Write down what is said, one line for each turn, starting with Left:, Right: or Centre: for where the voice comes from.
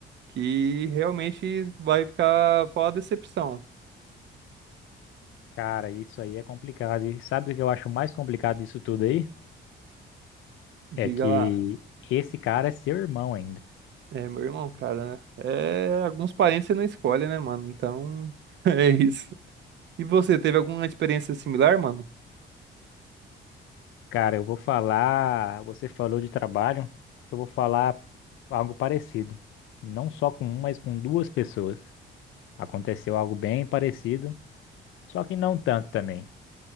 Right: que realmente vai ficar fora decepção.
Left: Cara, isso aí é complicado. E sabe o que eu acho mais complicado disso tudo aí?
Right: Diga
Left: É que
Right: lá.
Left: esse cara é seu irmão ainda.
Right: É, meu irmão, cara, é, alguns parentes você não escolhe, né, mano? Então, <laughs> é isso. E você, teve alguma experiência similar, mano?
Left: Cara, eu vou falar. Você falou de trabalho, eu vou falar algo parecido. Não só com um, mas com duas pessoas. Aconteceu algo bem parecido, só que não tanto também.